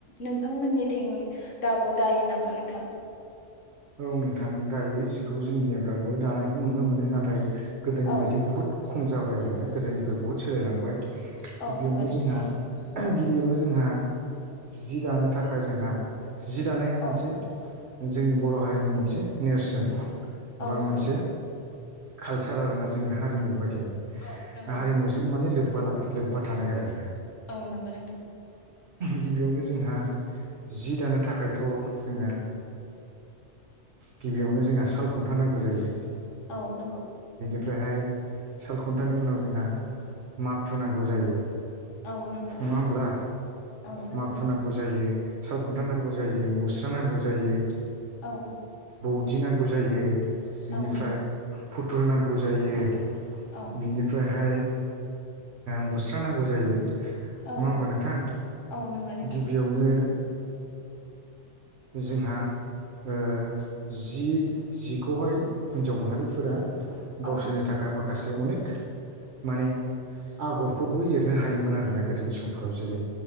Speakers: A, on the left; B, on the right.
A: नोंथांमोननिथिं दाबो दायो नामा नोंथां?
B: औ नोंथां दायो जिखौ जोंनियाव दाबो दानायखौ नुनो मोनो नाथाय गोदोनि
A: औ
B: बायदि बहुद खम जाबाय आरोना गोदोनिफ्राय बहुद सोलायलांबाय
A: औ
B: गिबियावनो
A: नंगौ नोंथां
B: जोंहा गिबियावनो जोंहा जि दानो थाखाय जोंहा जि दानाया मोनसे
A: औ
B: जोंनि बर' हारिनि मोनसे नेरसोन
A: औ
B: बा
A: नंगौ
B: मोनसे कालचार आरोना जोंनि हारिमु बायदियानो
A: औ नंगौ
B: हारिमुजों माने लोब्बा लोबा लाखि लोब्बा थानाय आरो ना
A: औ नंगौ नोंथां
B: गिबियावनो जोंहा जि दानो थाखायथ' जोंना गिबियावनो जोंहा साल खुन्था नांगौ जायो
A: औ नंगौ
B: ओमफ्रायहाय सालखुन्थानि उनाव जोंहा माखु नांगौ जायो नङा
A: औ नंगौ
B: होमब्ला
A: औ नंगौ
B: माखु
A: नोंथां
B: नांगौ जायो साल खुन्था नांगौ जायो मुस्रा नांगौ जायो
A: औ
B: दौदि नांगौ जायो बिनिफ्राय
A: औ नों
B: फुथुल नांगौ जायो
A: औ
B: बिनिफ्रायहाय मु स्रा नांगौ जायो
A: औ
B: नङा होमबा नोंथां
A: औ नंगौ नोंथां
B: गिबियावनो जोंहा ओ जि जिखौहाय हिन्जाव माहारिफोरा
A: औ
B: गावसोरनि थाखाय माखासे अनेक माने आगरफोरबो एरनो हायोमोन आरोना गोदोनि समफोराव जेरै